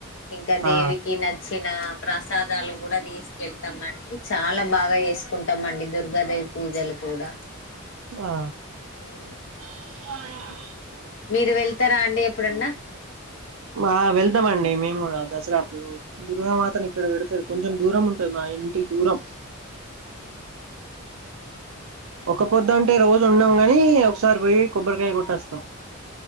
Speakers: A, on the left; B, on the right.
A: ఇంకా దేవికి
B: ఆ
A: నచ్చిన ప్రసాద దాలు కూడా తీసుకెళ్తామ అండి చాలా బాగా చేసుకుంటాంమండి దుర్గాదేవి పూజలు కూడా
B: ఆ
A: ఉ
B: <inaudible>
A: మీరు వెళ్తారా అండి ఎప్పుడన్నా
B: ఆ వెళ్తామండి మేము కూడా దసరా అప్పుడు దుర్గామాతను ఇక్కడ పెడతారు కొంచెం దూరం ఉంటది మా ఇంటికి దూరం ఒకపోద్ద అంటే రోజు ఉండము కాని ఒకసారి పోయి కొబ్బరికాయ కొట్టి వస్త